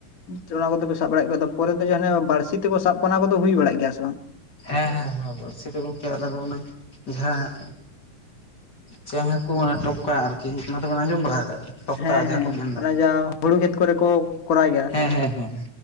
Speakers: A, on the left (about 75°); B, on the left (about 35°).
A: ᱡᱚᱲᱟ ᱠᱚᱛᱮ ᱯᱮ ᱥᱟᱵ ᱵᱟᱲᱟᱭᱮᱫ ᱠᱚᱣᱟ ᱯᱚᱨᱮ ᱫᱚ ᱡᱟᱦᱟᱸ ᱵᱟᱲᱥᱤ ᱛᱮᱠᱚ ᱥᱟᱵ ᱠᱚ ᱚᱱᱟ ᱠᱚᱫᱚ ᱦᱩᱭ ᱵᱟᱲᱟᱜ ᱜᱮᱭᱟ ᱥᱮ ᱵᱟᱝ
B: ᱦᱮᱸ ᱦᱮᱸ ᱵᱟᱬᱥᱤ ᱫᱚ ᱜᱚᱢᱠᱮ ᱟᱞᱮ ᱫᱚ ᱚᱱᱟ ᱡᱟᱦᱟᱸ ᱪᱮ ᱦᱟᱹᱠᱩ ᱚᱱᱮ ᱴᱚᱯᱠᱟ ᱟᱨᱠᱤ ᱚᱱᱟ ᱫᱚᱵᱚᱱ ᱟᱸᱡᱚᱢ ᱵᱟᱲᱟ ᱠᱟᱜᱼᱟ ᱴᱚᱠᱠᱟ
A: ᱦᱮᱸ
B: ᱡᱟᱦᱟᱸ
A: ᱦᱮᱸ
B: ᱠᱚ ᱢᱮᱱᱫᱟᱠᱚ
A: ᱚᱱᱟ ᱡᱟᱦᱟᱸ ᱦᱩᱲᱩ ᱠᱷᱮᱛ ᱠᱚᱨᱮ ᱠᱚ ᱠᱚᱨᱟᱣ ᱜᱮᱭᱟ
B: ᱦᱮᱸ ᱦᱮᱸ ᱦᱮᱸ